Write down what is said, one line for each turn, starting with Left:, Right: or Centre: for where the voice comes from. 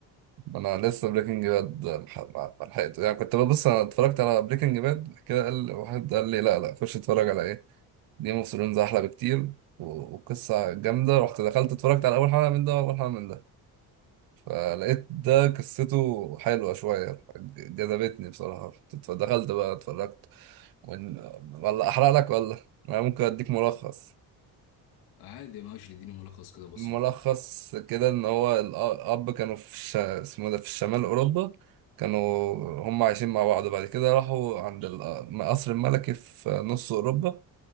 Right: ما أنا لسه بريكنج باد ما ما لحقته يعني كنت ببص أنا اتفرجت على بريكنج باد كده قال واحد قال لي لا لا خش اتفرج على إيه جيم اوف ثرونز احلى بكتير و- وقصه جامده رحت دخلت اتفرجت على اول حلقه من ده واول حلقه من ده فلقيت ده قصته حلوه شويه جذبتني بصراحه اتف- دخلت بقى اتفرجت وإن- ولا احرق لك ولا انا ممكن اديك ملخص
Left: عادي ماشي اديني ملخص كده بسيط
Right: ملخص كده ان هو الاب كانوا في ش... اسمه ده في الشمال اوروبا كانوا هم عايشين مع بعض بعد كده راحوا عند القصر الملكي في نص اوروبا